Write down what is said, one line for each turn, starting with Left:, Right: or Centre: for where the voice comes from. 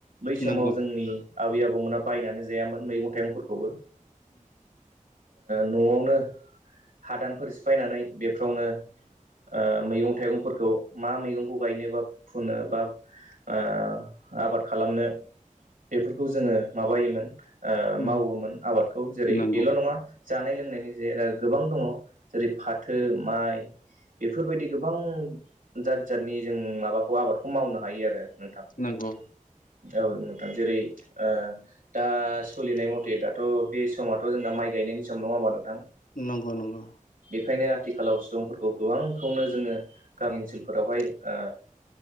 Right: बै समाव
Left: नंगौ
Right: जोंनि आबै आबौमोना बायनानै जायामोन मैगं थाइगंफोरखौबो ओ न'आवनो हादानफोर सिफायनानै बेफ्रावनो ओ मैगं थाइगंफोरखौ मा मैगं खौ गायनो बा फुनो बा ओ आबाद खालामनो बेफोरखौ जोङो माबायोमोन ओ
Left: उम
Right: मावोमोन आबादखौ जेरै
Left: नंगौ
Right: बेल' नङा जानाय लोंनायनि जेराव गोबां दङ जेरै फाथो माइ बेफोरबायदि गोबां जा जादनि जों माबाखौ आबादखौ मावनो हायो आरो नोंथां
Left: नंगौ
Right: औ नोंथां जेरै ओ दा सोलिनाय मथे दाथ' बे समाथ' जोंना माइ गायनायनि सम नङा होनबा नोंथां
Left: नंगौ नंगौ
Right: बेखायनो आथिखालाव सुबुंफोरखौ गोबांखौनो जोङो गामि ओनसोल फोरावहाय ओ